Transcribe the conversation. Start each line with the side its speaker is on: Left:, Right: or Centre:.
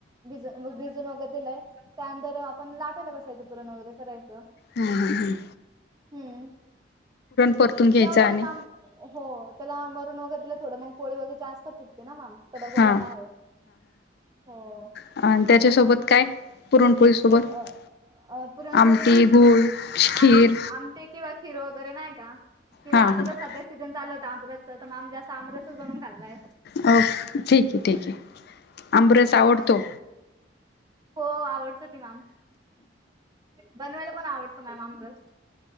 Right: भिज मग भिजून वगैरे दिलाय त्यानंतर आपण लाटायला बसायचं पुरण वगैरे करायचं.
Left: हम् हम हम्.
Right: हम्म,
Left: परतून घ्यायचं
Right: जाव त्याला
Left: आणि
Right: माम हो त्याला मरून वगैर दिलं थोडं मग पोळी वगैर जास्त फुक ना माम कडक वगैर
Left: हा
Right: नाही होत. हो
Left: अ त्याच्यासोबत काय? पुरणपोळी सोबत
Right: अ अ पुरणसोबत
Left: आमटी,
Right: माम
Left: गुळ, खीर
Right: आम आमटे किंवा हिरो वगैरे नाही का किंवा
Left: हा हा
Right: आता तर सध्या सीझन चाल होत आमरसच तर मग अमी जास्त आमरसच बनवून खाल्लाय.
Left: ओ, ठीक आहे-ठीक आहे. आंबरस
Right: हो
Left: आवडतो
Right: मॅम हो आवडत की मॅम. बनवायला पण आवडतो मॅम आमरस.